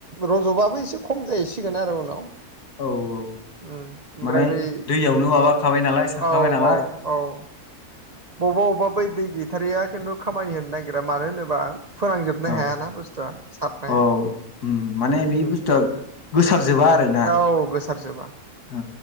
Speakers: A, on the right; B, on the left.
A: रज'बाबो एसे खम जाहैसिगोन आरो उनाव।
B: औ औ।
A: ओमफ्राय
B: माने
A: बै
B: दैयावनो माबाखाबाय नालाय सारखाबाय
A: औ औ
B: नालाय।
A: औ बबेबा बबेबा बै दै गैथारैा खिन्थु खामानि होनो नागिरा मानो होनोबा फोनांजोबनो
B: औ
A: हायाना बुस्थुआ सारनाया।
B: औ उम माने
A: उम
B: बे बुस्थुआ गोसारजोबा आरोना।
A: औ गोसारजोबा
B: औ